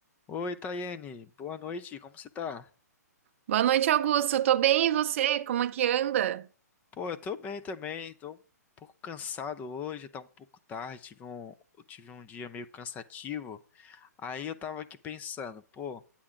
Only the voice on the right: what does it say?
Boa noite, Augusto. Eu tô bem, e você? Como é que anda?